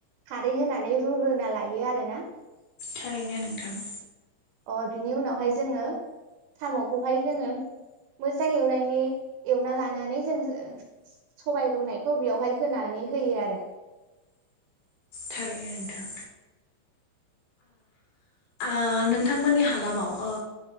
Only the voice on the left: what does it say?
थारैनो नोंथां।
थारैनो नोंथां ओ नोंथांमोननि हालामाव ओ